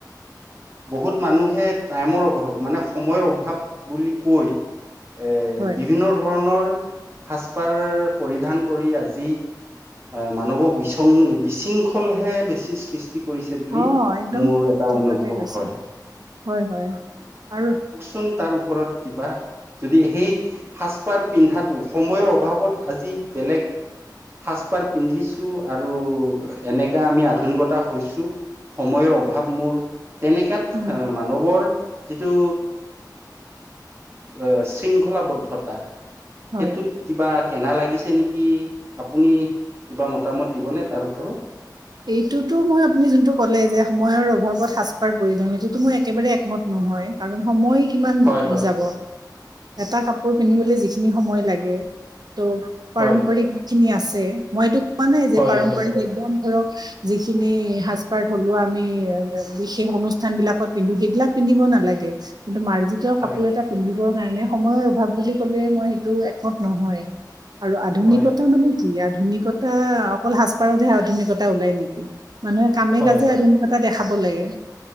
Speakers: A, on the right; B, on the right.
A: বহুত মানুহে টাইমৰ অভাৱ মানে সময়ৰ অভাৱ ভাৱ বুলি কৈ এ
B: হয়
A: বিভিন্ন ধৰণৰ সাজপাৰ পৰিধান কৰি আজি অহ মানৱক বিশং বিশৃংখলহে বেছি সৃ ষ্টি কৰিছে বুলি
B: অ একদম
A: মোৰ এটা
B: ঠিক
A: অনুভৱ
B: কথাই কৈছে
A: হয়।
B: হয় হয় আৰু
A: চোন তাৰ ওপৰত কিবা যদি সেই সাজপাৰ পিন্ধাটো সময়ৰ অভাৱত আজি বেলেগ সাজপাৰ পিন্ধিছো আৰু এনেকা আমি আধুনিকতা হৈছো সময়ৰ অভাৱ মোৰ তেনেকাত
B: উম
A: মানৱৰ যিটো এ শৃংখলাবদ্ধতা
B: হয়
A: সেইটোত কিবা কেনা লাগিছে নেকি আপুনি কিবা মতামত দিবনে তাৰ ওপৰত
B: এইটোতো মই আপুনি যোনটো ক'লে যে সময়ৰ অভাৱত সাজপাৰ পৰিধান এইটোতো মই একেবাৰে একমত নহয়। কাৰণ সময় কিমান
A: হয় হয়
B: যাব
A: হয়
B: এটা কাপোৰ পিন্ধিবলৈ যিখিনি সময় লাগে ত
A: হয়
B: পাৰম্পৰিকখিনি আছে মই এইটো কোৱা নাই যে
A: হয়
B: পাৰম্পৰিক
A: হয়
B: একদম ধৰক যিখিনি সাজ -পাৰ থলোৱা আমি বি শেষ অনুষ্ঠান বিলাকত পিন্ধো সেইবিলাক পিন্ধিব নালাগে কিন্তু মাৰ্জিত
A: হয়
B: কাপোৰ এটা পিন্ধিবৰ কাৰণে সময়ৰ অভাৱ বুলি ক'লে মই সেইটো একমত নহয়। আৰু আধুনিকতা
A: হয়
B: মানে কি আধুনিকতা অকল সাজপাৰতহে আধুনি কতা ওলাই নেকি মানুহে কামে
A: হয়
B: কাজে
A: হয়
B: আধুনিকতা দেখাব লাগে?